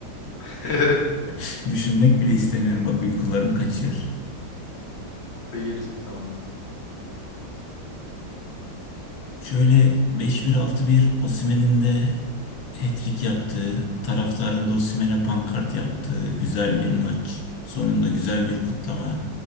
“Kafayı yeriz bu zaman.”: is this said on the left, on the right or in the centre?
Left